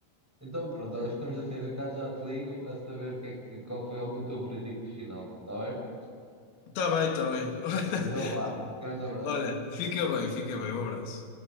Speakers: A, in the centre; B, on the left.
A: então pronto, olha, ficamos assim, eu cá já te ligo a saber o que é que, qual foi o teu veredicto final, está bem?
B: Tá bem, tá bem. <laughs>
A: Então vá, grande abraço.
B: Olha, fica bem, fica bem. Um abraço.